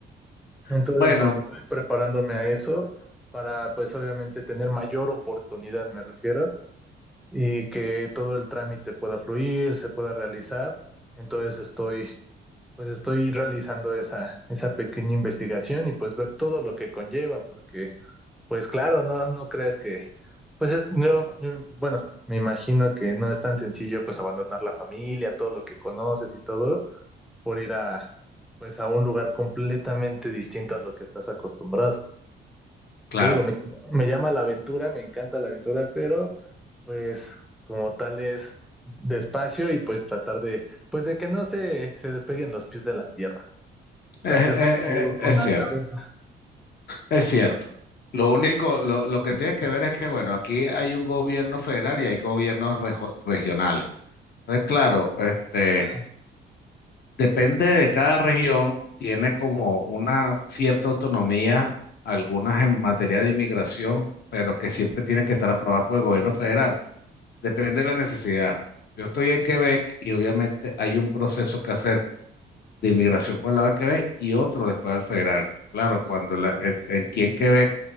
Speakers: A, in the centre; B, on the left.
A: Entonces,
B: Bueno,
A: pues estoy preparándome a eso para, pues, obviamente tener mayor oportunidad, me refiero y que todo el trámite pueda fluir, se pueda realizar. Entonces estoy, pues estoy realizando esa, esa pequeña investigación y pues ver todo lo que conlleva, porque pues claro, no, no crees que, pues es- no, yo- bueno, me imagino que no es tan sencillo pues abandonar la familia, todo lo que conoces y todo, por ir a, pues a un lugar completamente distinto a lo que estás acostumbrado.
B: claro.
A: Te digo, me, me llama la aventura, me encanta la aventura, pero pues como tal es despacio y pues tratar de, pues de que no se, se despeguen los pies de la tierra.
B: Es,
A: O sea, hacerlo
B: es-
A: todo
B: es-
A: con
B: es
A: la
B: cierto,
A: cabeza.
B: es cierto. Lo único, lo, lo que tienes que ver es que, bueno, aquí hay un gobierno federal y hay gobiernos rejo- regionales. Entonces, claro, este,
A: Ajá.
B: depende de cada región, tiene como una cierta autonomía, algunas en materia de inmigración, pero que siempre tienen que estar aprobadas por el gobierno federal. Depende de la necesidad. Yo estoy en Quebec y obviamente hay un proceso que hacer de inmigración por el lado de Quebec y otro después al federal. Claro, cuando la, el- en aquí en Quebec